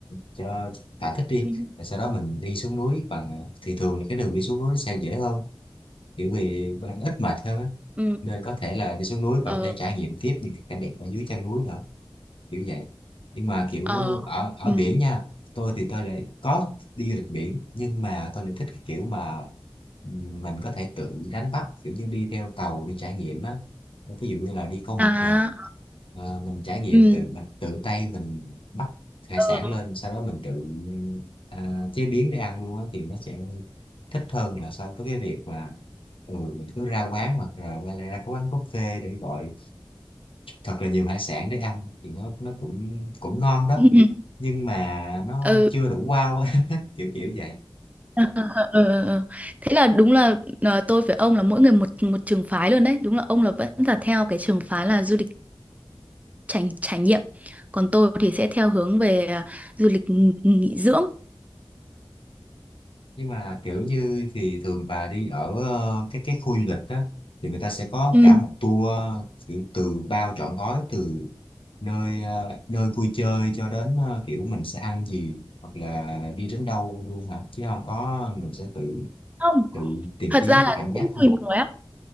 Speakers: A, on the left; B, on the right.
A: cho thỏa thích đi.
B: Ừ. Ừ.
A: Rồi sau đó mình đi xuống núi bằng thì thường là cái đường đi xuống núi nó sẽ dễ hơn. Kiểu vì bạn ít mệt hơn á.
B: Ừ.
A: Nên có thể là đi xuống núi bạn
B: Ờ.
A: có thể trải nghiệm tiếp những cái cảnh đẹp ở dưới chân núi nữa kiểu vậy nhưng mà kiểu
B: Ờ.
A: ở ở
B: Ừ.
A: biển nha tôi thì tôi lại có đi du lịch biển nhưng mà tôi lại thích cái kiểu mà mình có thể tự đánh bắt kiểu như đi theo tàu đi trải nghiệm á ví dụ như là đi câu mực
B: à
A: nè Ờ, mình trải nghiệm
B: ừ.
A: tự mình tự tay mình bắt hải
B: Ờ.
A: sản lên sau đó mình tự ờ, chế biến để ăn luôn á thì nó sẽ thích hơn là so với cái việc mà ừ, mình cứ ra quán hoặc là ra, ra cái quán buffet để gọi thật là nhiều hải sản để ăn thì nó nó cũng cũng ngon
B: <laughs>
A: đó
B: Ừ.
A: nhưng mà nó
B: Ừ.
A: chưa đủ wow á, <laughs> kiểu kiểu vậy
B: <laughs> Ờ, ờ, ờ, ờ, ờ. Thế là đúng là ờ, tôi với ông là mỗi người một một trường phái luôn đấy. Đúng là ông là vẫn là theo cái trường phái là du lịch trải trải nghiệm, còn tôi thì sẽ theo hướng về à, du lịch nghỉ nghỉ dưỡng.
A: nhưng mà kiểu như thì thường bà đi ở ờ, cái cái khu du lịch đó thì người ta sẽ có
B: Ừ.
A: cả một tour kiểu từ bao trọn gói từ nơi ờ, nơi vui chơi cho đến ờ, kiểu mình sẽ ăn gì hoặc là đi đến đâu luôn hả chứ không có mình sẽ tự
B: Không,
A: tự tìm
B: thật
A: kiếm
B: ra
A: cái
B: là
A: cảm giác
B: cũng
A: mình
B: tùy người